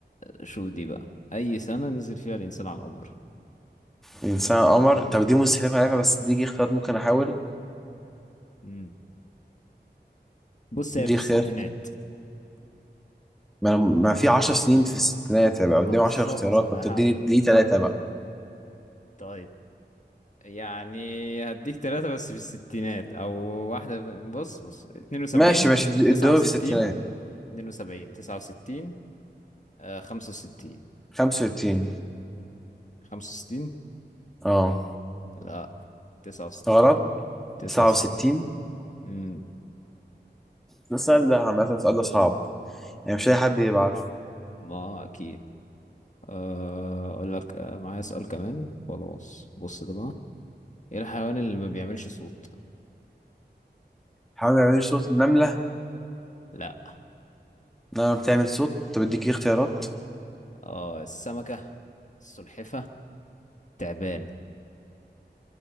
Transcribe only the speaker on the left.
شو دي بقى أي سنة نزل فيها الإنسان على القمر
مم. بص هي
في الستينات
ما
بالظبط
أها
طيب يعني هديك ثلاثة بس في الستينات أو واحدة في... بص بص اتنين وسبعين
تسعة
وستين
اتنين وسبعين تسعة وستين آه خمسة وستين
خمسة وستين
لا تسعة وستين
تسعة
وستين امم
ما أكيد آه، أقول لك آه، معايا سؤال كمان خلاص بص ده بقى إيه الحيوان اللي ما بيعملش صوت
لا
آه السمكة السلحفة تعبان